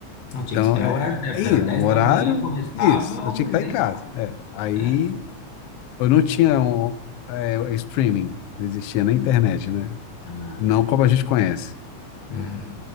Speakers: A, on the left; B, on the left.
A: Não, tinha
B: Então,
A: que esperar
B: é,
A: o horário certo.
B: é isso,
A: Era 10
B: então, horário,
A: da manhã, começava
B: isso, eu
A: o
B: tinha
A: desenho
B: que estar em casa,
A: e tal.
B: é. Aí,
A: É.
B: eu não tinha um, é, streaming, não existia na
A: Uhum.
B: internet, né?
A: É nada.
B: Não como a gente conhece.
A: É.